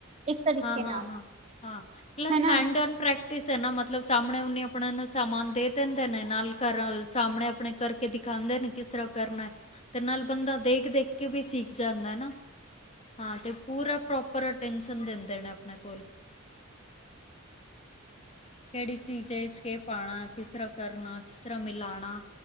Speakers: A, on the right; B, on the left.
A: ਇੱਕ ਤਰੀਕੇ
B: ਹਾਂ-ਹਾਂ
A: ਨਾਲ
B: ਹਾਂ, ਹਾਂ ਪਲਸ
A: ਹੈਨਾ
B: ਹੈਡ ਔਨ ਪ੍ਰਕ ਟੇ ਸੇ ਨਾ ਮਤਲਬ ਸਾਹਮਣੇ ਓਨੀ ਆਪਣੇ ਨੂੰ ਸਮਾਨ ਦੇ ਦਿੰਦੇ ਨੇ ਨਾਲ ਕਰਲ ਸਾਹਮਣੇ ਆਪਣੇ ਕਰ ਕੇ ਦਿਖਾਂਦੇ ਨੇ ਕਿਸ ਰਾਂ ਕਰਨਾ ਤੇ ਨਾਲ ਬੰਦਾ ਦੇਖ-ਦੇਖ ਕੇ ਵੀ ਸੀਖ ਜਾਂਦਾ ਨਾ। ਹਾਂ ਤੇ ਪੂਰਾ ਪ੍ਰੋਪਰ ਅਟੈਂਸ਼ਨ ਦਿੰਦੇ ਨੇ ਆਪਣੇ ਕੋਲ। ਕਿਹੜੀ ਚੀਜ਼ ਇਹ ਚ' ਕੇ ਪਾਣਾ ਕਿਸ ਤਰਾਂ ਕਰਨਾ ਕਿਸ ਤਰਾਂ ਮਿਲਾਂਣਾ।